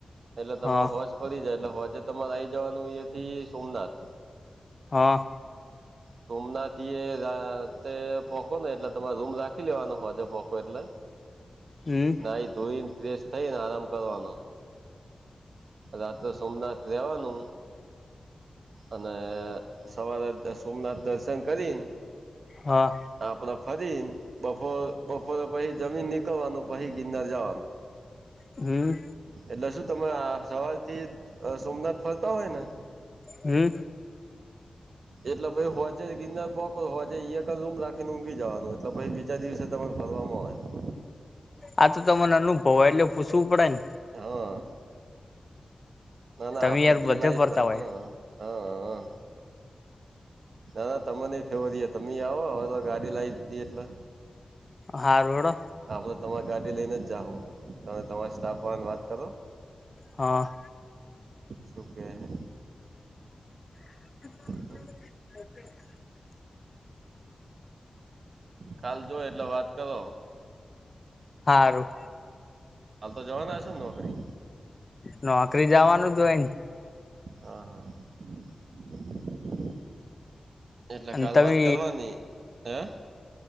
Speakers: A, on the right; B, on the left.
A: એટલે તમે
B: હા
A: હોજ પડી જાય એટલે હવે આજે તમારે આવી જવાનું એ થી સોમનાથ.
B: હા.
A: સોમના થી એ રાતે પોકો ને એટલે તમારે રૂમ રાખી લેવાનો હોજે પોકો એટલે.
B: હમ
A: નાઈ ધોઈને ફ્રેશ થઈ ને આરામ કરવાનો. રાત્ર સોમનાથ રેવાનું અને સવારે તે સોમનાથ દર્શન કરીન
B: હા
A: આપડે ફરીન બફોર બપોરે પાહિ જમીને નીકળવાનું પાહિ ગિનર જવાનું.
B: હમ્મ.
A: એટલે શું તમે સવાર થી સોમનાથ ફરતા હોય ને
B: હમ્મ.
A: એટલે પાહિ હોજે ગિનર પોકો હોજે કઝૂમ રાખીને ઊંઘી જવાનું એટલે પાહિ બી બીજા દિવસે તમે ફરવામાં હોય.
B: આ તો તમાને અનુભવ હોય એટલે પૂછવું પડે ને
A: હા. ના ના
B: તમે
A: આપડે
B: યાર
A: ગેલા
B: બધે
A: એટલે
B: ફરતા હોય
A: હા હા હા. ના ના તમે નહી ફેવરી તમે આવો હવે તો ગાડી લાવી દીધી એટલે.
B: હા રોડ આ
A: આપણે તમારી ગાડી લઈને જ જા હું તમે તમારા સ્ટાફ વાળાને વાત કરો.
B: હા.
A: શું કે હે.
B: <inaudible>
A: હમ. કાલ જો એટલે વાત કરો.
B: હારુ.
A: કાલ તો જવાના હશો ને નોકરી.
B: નોકરી જવાનું જ હોય.
A: હા હા. એટલે
B: અને
A: કાલ
B: તમે
A: વાત કરવાની હા.